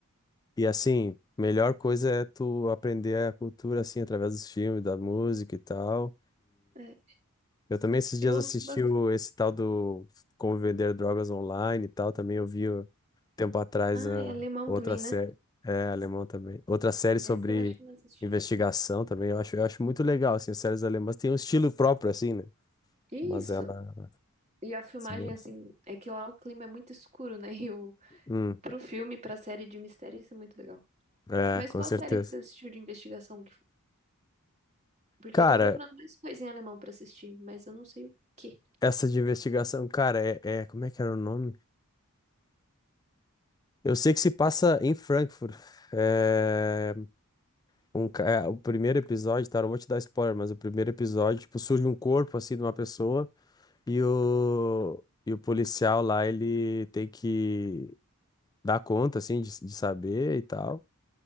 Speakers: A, on the left; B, on the right.
A: e assim, melhor coisa é tu aprender a cultura, assim, através dos filmes, da música e tal.
B: É,
A: Eu também esses
B: eu
A: dias
B: ouço
A: assisti
B: bastante.
A: o, esse tal do Como Vender Drogas Online e tal. Também eu vi ó, tempo atrás
B: Ah,
A: a
B: é alemão
A: outra
B: também,
A: série.
B: né?
A: É, alemão também. Outra série sobre
B: Esse eu acho que eu não assisti.
A: investigação também. Eu acho, eu acho muito legal, assim, as séries alemãs têm um estilo próprio, assim, né?
B: Isso.
A: Mas ela
B: E a filmagem,
A: são boas.
B: assim, é que lá o clima é muito escuro, né? <laughs> E o...
A: Hum,
B: pro filme, pra série de mistério, isso é muito legal.
A: é,
B: Mas
A: com
B: qual
A: certeza.
B: série que você assistiu de investigação? que- Porque
A: Cara,
B: eu tô procurando mais coisa em alemão pra assistir, mas eu não sei o quê.
A: essa de investigação, cara, é, é- Como é que era o nome? Eu sei que se passa em Frankfurt. É, Um, ca- é, o primeiro episódio, tá? não vou te dar spoiler, mas o primeiro episódio, tipo, surge um corpo, assim, de uma pessoa e o, e o policial lá, ele tem que dar conta, assim, de, de saber e tal.